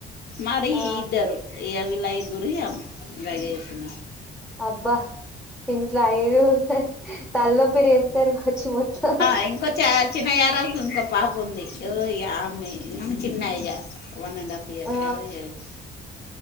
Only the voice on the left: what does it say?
మరి
ఇద్దరు <unintelligible> ఇద్గురు <unintelligible> చేసిన
<unintelligible> చిన్న <unintelligible> ఇంకో పాప ఉంది ఆమెమె చిన్నయ్యా వన్ అండ్ హాఫ్ <unintelligible>